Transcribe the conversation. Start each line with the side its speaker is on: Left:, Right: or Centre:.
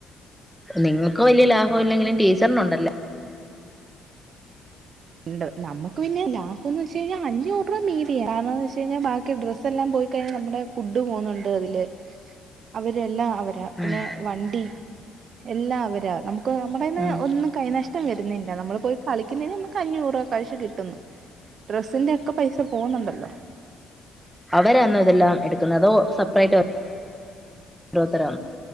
Centre: നിങ്ങക്കു വല്യ ലാഭം ഇല്ലെങ്കിലും ടീച്ചറിനുണ്ട്.
Right: ഇണ്ട് നമുക്ക് പിന്നെ ലാഭംന്നെച്ചാ. ച്ച് കഴിഞ്ഞ അഞ്ഞൂർരൂപ മീതിയ കാര്ണന്തെച്ചഴിഞ്ഞാ ബാക്കി ഡ്രസെല്ലാം പോയിക്കഴിഞ്ഞാ നമ്മുടെ. ഫുഡ് പോവുന്നുണ്ട് അതില് അവരെല്ലാ അവരാ പിന്നെ
Centre: ഉം
Right: വണ്ടി. എല്ലാ അവരാ നമുക്ക് നമ്മടെന്ന്
Centre: ഉം
Right: ഒന്നും കൈനഷ്ട്ടം വരുന്നില്ല നമ്മള് പോയി കളിക്കുന്നന് നമക്ക്. ക്കഅഞ്ഞൂറ് രൂപ കൈശ് കിട്ടുന്നു ഡ്രസ്സിന്റെ ഒക്കെ പൈസ പോന്നുണ്ടല്ലോ.
Centre: അവരാണോ ഇതെല്ലാം എടുക്കുന്നത് അതോ സെപ്പറേറ്റോ ഓരോത്തരോ?